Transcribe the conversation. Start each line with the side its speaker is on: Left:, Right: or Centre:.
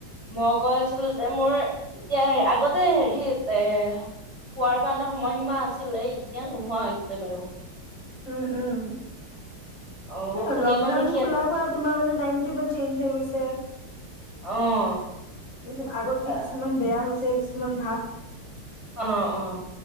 Right: মই কৈ আছিলো যে মোৰ এতিয়া আগতে হেৰি এ। হোৱাৰ কাৰণে সময়সীমা আছিলে এতিয়া নোহোৱা হৈছে বাৰু।
Left: উম- উম
Right: অ শুলে
Left: লকডাউন
Right: মানে কি
Left: খোলাৰ
Right: এনে
Left: পৰা তোমাৰ টাইম টেবুল চেইঞ হৈ গৈছে।
Right: অ',
Left: কিছুমান আগতকে
Right: অ
Left: কিছুমান বেয়া হৈছে কিছুমান ভাল।
Right: অ - অ।